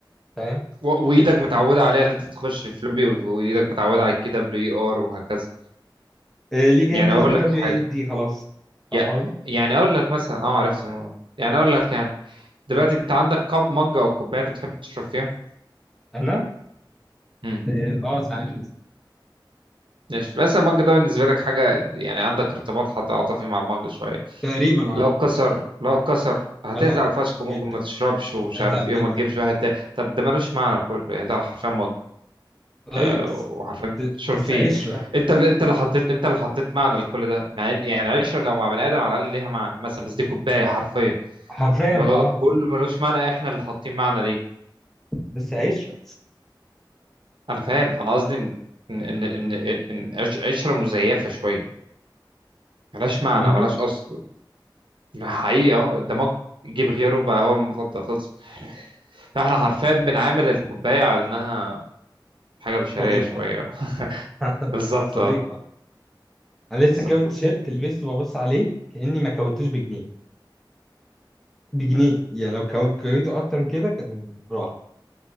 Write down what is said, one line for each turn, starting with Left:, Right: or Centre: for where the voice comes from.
Centre: فاهم
Right: و- وايدك متعوده عليها اللي انت تخش في فلوبي وايدك متعوده على الكي دبليو اي ار وهكذا
Centre: آه، ليج
Right: يعني
Centre: هينزل
Right: اقول
Centre: فيها
Right: لك
Centre: دبليو
Right: حاجه
Centre: اي اس دي خلاص
Right: يع-
Centre: عارف الحوار ده
Right: يعني اقول لك مثلا اه عرفت الموضوع يعني اقول لك يعني دلوقتي انت عندك كوب مج او كوبايه انت بتحب تشرب فيها
Centre: انا
Right: امم
Centre: اه آه، ساعات
Right: ماشي بس المج ده بالنسبه لك حاجه يعني عندك ارتباط حت- عاطفي مع المج شويه
Centre: تقريبا اه
Right: لو اتكسر لو اتكسر هتزعل
Centre: ازعل
Right: فشخ وممكن
Centre: جدا
Right: ما تشربش ومش
Centre: ازعل
Right: عارف ايه
Centre: جدا
Right: وما تجيبش واحد تاني طب ده ملوش معنى كله يعني ده حرفيا مج
Centre: ايوه
Right: آه، وعارفين
Centre: بس
Right: تشرب
Centre: بس
Right: فيه
Centre: عشرة
Right: انت اللي انت اللي حطيت انت اللي حطيت معنى لكل ده مع إن- يعني عشرة لو مع بني ادم على الاقل ليها معنى مثلا بس دي كوبايه حرفيا
Centre: حرفيا
Right: الموضوع
Centre: اه
Right: ده كله ملوش معنى احنا اللي حاطين معنى ليه
Centre: بس عشرة
Right: انا فاهم انا قصدي ان ان ان ان إن عش- عشره مزيفه شويه ملهاش معنى
Centre: ممكن
Right: ملهاش اصل حقيقه أهو، الدماغ جيب غيره بقى هو المفضل خلص فاحنا حرفيا بنعامل الكوبايه على انها حاجه بشريه
Centre: صديقة
Right: شويه <laughs>
Centre: <laughs>
Right: بالظبط
Centre: صديقة
Right: اه
Centre: انا لسه
Right: بالظبط
Centre: كاوي تيشيرت لبسته ببص عليه كأني ما كويتوش بجنيه بجنيه يعني لو كو- كويته اكتر من كده كان راح